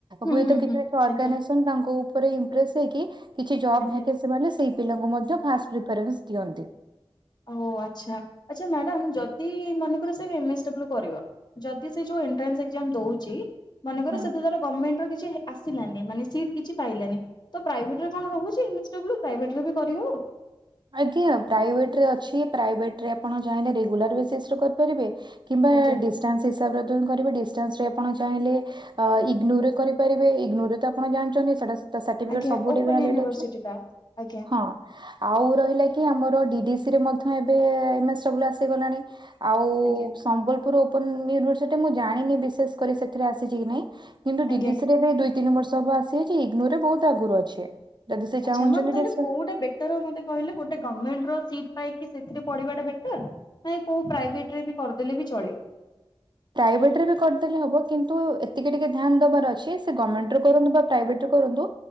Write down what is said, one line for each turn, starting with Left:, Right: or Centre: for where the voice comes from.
Left: ହୁଁ
Right: ହୁଏତ
Left: ହୁଁ
Right: କିଛି
Left: ହୁଁ
Right: କିଛି ଅଗାନାଇସନ
Left: ଆଜ୍ଞା
Right: ତାଙ୍କ ଉପରେ ଇମପ୍ରେସ ହେଇକି କିଛି ଜବ
Left: ଆଜ୍ଞା।
Right: ଭ୍ୟାକେ ସେମାନେ ସେଇ ପିଲାଙ୍କୁ ମଧ୍ୟ ଫାଷ୍ଟ ପ୍ରିଫରେନ୍ସ ଦିଅନ୍ତି।
Left: ଓ ଆଚ୍ଛା ଆଚ୍ଛା ମ୍ୟାଡ଼ାମ ଯଦି ମନେକର ସେ ଏମ ଏସ ଡବ୍ଲୁ କରିବ। ଯଦି ସେ ଯୋଉ ଏଣ୍ଟ୍ରାନ୍ସ ଏଗଜାମ ଦଉଛି ମନେକର
Right: ହୁଁ।
Left: ସେ ତ ତାର ଗମେଣ୍ଟର କିଛି ହେ ଆସିଲାନି ମାନେ ସିଟ କିଛି ପାଇଲାନି। ତ ପ୍ରାଇଭେଟରେ କଣ ରହୁଛି ଏମ ଏସ ଡବ୍ଲୁ ପ୍ରଭେଟରେ ବି କରିହବ?
Right: ଆଜ୍ଞା ପ୍ରାଇଭେଟରେ ଅଛି ପ୍ରାଇଭେଟ ରେ ଆପଣ ଚାହିଁଲେ ରେଗୁଲାର ବେସିସ ରେ କରିପାରିବେ। କିମ୍ବା
Left: ଆଜ୍ଞା
Right: ଡିଷ୍ଟାନ୍ସ ହିସାବରେ ତ କରିବେ। ଡିଷ୍ଟାନ୍ସରେ ଆପଣ ଚାହିଁଲେ ଅ ଇଗ୍ନୋରରେ କରିପାରିବେ। ଇଗନୋ ରେ ତ ଆପଣ ଜାଣିଛନ୍ତି ସେଇଟା ତ ସାର୍ଟିଫିକେଟ
Left: ଆଜ୍ଞା
Right: ସବୁଠି
Left: ଓପନ
Right: ଭ୍ୟାଲିଡ
Left: ୟୁନିଭରସିଟି
Right: ଅଛି
Left: ଟା ଆଜ୍ଞା
Right: ହଁ। ଆଉ ରହିଲା କି ଆମର ଡିଡିସି ରେ ମଧ୍ୟ ଏବେ ଏମ ଏସ ଡବ୍ଲୁ ଆସିଗଲାଣି। ଆଉ
Left: ଆଜ୍ଞା
Right: ସମ୍ବଲପୁର ଓପନ୍ ୟୁନିଭର୍ସିଟି ମୁଁ ଜାଣିନି ବିଶେଷ୍ କରି ସେଥିରେ ଆସିଚି କି ନାଇଁ କିନ୍ତୁ
Left: ଆଜ୍ଞା।
Right: ଡିଡିଶ୍ ରେ ଏବେ ଦୁଇ ତିନି ବର୍ଷ ହବ ଆସିଯାଇଚି ଇଗ୍ନୋ ରେ ବହୁତ୍ ଆଗରୁ ଅଛି। ଯଦି ସେ
Left: ଆଚ୍ଛା
Right: ଚାହୁଁଛନ୍ତି
Left: ମାମ୍ ତାହାଲେ
Right: ଡିଷ୍ଟାନ୍ସ
Left: କଉଟା ବେ ତାପରେ ମୋତେ କହିଲେ ଗୋଟେ ଗମେଣ୍ଟ୍ ର ସିଟ୍ ପାଇକି ସେଥିରେ ପଢିବା ଟା ବେଟର୍ ନାଇଁ କଉ ପ୍ରାଇଭେଟ୍ ରେ ବି କରିଦେଲେ ବି ଚଳିବ?
Right: ପ୍ରାଇଭେଟ୍ ରେ ବି କରିଦେଲେ ହବ କିନ୍ତୁ ଏତିକି ଟିକେ ଧ୍ୟାନ୍ ଦବାର ଅଛି ସେ ଗର୍ମେଣ୍ଟ୍ କରନ୍ତୁ ବା ପ୍ରାଇଭେଟ୍ ରେ କରନ୍ତୁ